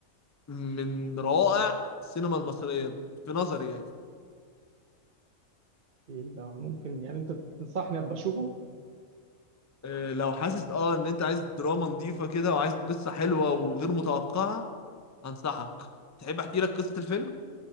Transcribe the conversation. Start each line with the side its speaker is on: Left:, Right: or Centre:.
Left: من روائع السينما المصرية في نظري يعني
Right: إيه ده ممكن يعني أنت تنصحني أبقى أشوفه
Left: آه، لو حاسس اه ان انت عايز دراما نظيفة كده وعايز قصة حلوة وغير متوقعة انصحك تحب احكي لك قصة الفيلم